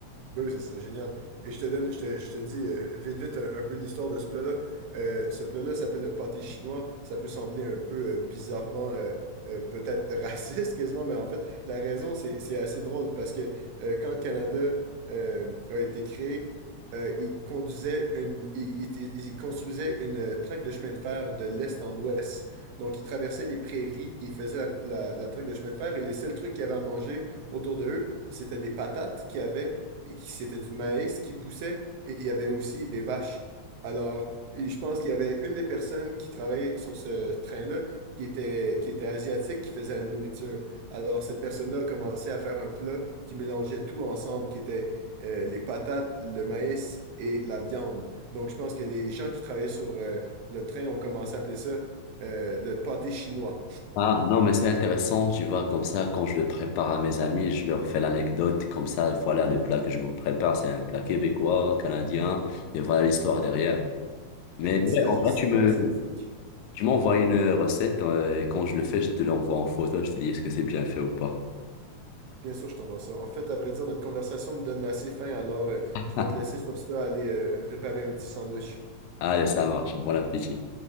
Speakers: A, on the right (about 80°); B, on the left (about 85°).
A: Ben oui, ça serait génial. Et je te donne, je te, je te dis euh, vite, vite un, un peu l'histoire de ce plat-là. Euh, ce plat-là s'appelle le pâté chinois. Ça peut sembler un peu euh, bizarrement, euh, euh, peut-être <laughs> raciste quasiment, mais en fait, la raison, c'est, c'est assez drôle parce que euh, quand le Canada euh, a été créé, euh, il conduisait une, il, il- il construisait une euh, traque de chemin de fer de l'est en ouest. Donc, ils traversaient les prairies, ils faisaient la, la, la traque de chemin de fer et les seuls trucs qu'ils avaient à manger autour de eux, c'était des patates qu'ils avaient et qui- c'était du maïs qui poussait et il y avait aussi des vaches. Alors, et je pense qu'il y avait une des personnes qui travaillait sur ce train-là qui était, qui était asiatique, qui faisait la nourriture. Alors, cette personne-là a commencé à faire un plat qui mélangeait tout ensemble, qui était euh, les patates, le maïs et la viande. Donc, je pense que les gens qui travaillaient sur euh, le train ont commencé à appeler ça euh, le pâté chinois,
B: Ah, non, mais c'est intéressant, tu vois, comme ça, quand je le prépare à mes amis, je leur fais l'anecdote, comme ça, voilà, le plat que je vous prépare, c'est un plat québécois, canadien, et voilà l'histoire derrière. Mais
A: avec une petite
B: ouais, en vrai,
A: histoire
B: tu me,
A: assez loufoque.
B: tu m'envoies une recette, euh, et quand je le fais, je te l'envoie en photo, je te dis est-ce que c'est bien fait ou pas.
A: Bien sûr, je t'envoie ça. En fait, à vrai dire, notre conversation me donne assez faim, alors euh,
B: <laughs>
A: je vais te laisser sur ça aller euh, me préparer un petit sandwich.
B: Allez, ça marche, bon appétit.